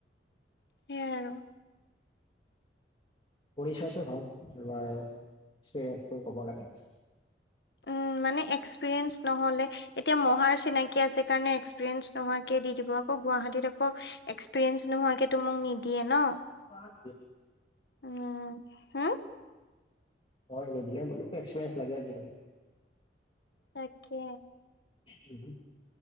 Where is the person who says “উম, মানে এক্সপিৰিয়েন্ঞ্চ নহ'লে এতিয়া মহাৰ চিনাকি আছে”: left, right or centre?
Left